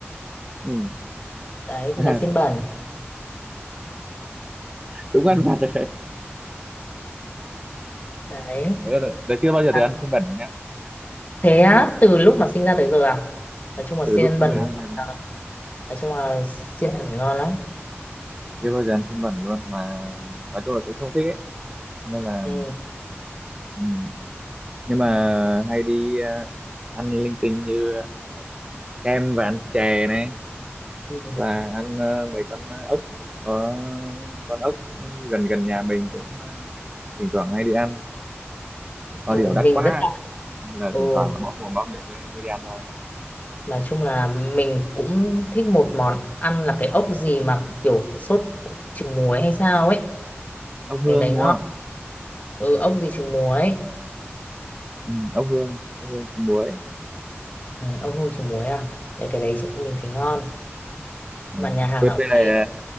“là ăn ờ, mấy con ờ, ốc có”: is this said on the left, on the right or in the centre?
Right